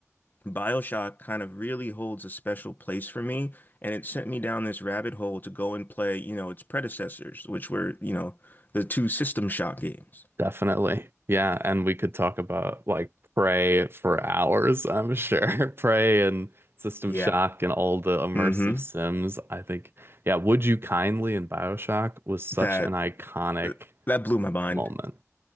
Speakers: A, on the left; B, on the right.
A: BioShock kind of really holds a special place for me, and it sent me down this rabbit hole to go and play, you know, its predecessors, which were, you know, the two System Shock games.
B: definitely. Yeah, and we could talk about like Prey for hours, I'm sure. <laughs> Prey and System
A: Yeah.
B: Shock and all the immersive
A: hmm
B: sims. I think, yeah, Would You Kindly in BioShock was such
A: That
B: an iconic
A: uh, that blew my mind.
B: moment.